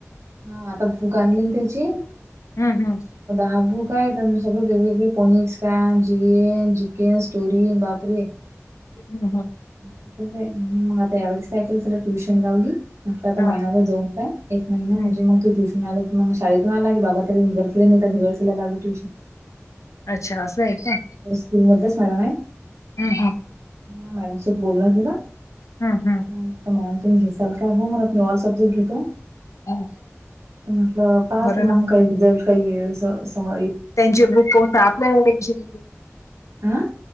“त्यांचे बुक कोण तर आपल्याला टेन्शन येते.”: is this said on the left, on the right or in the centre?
Left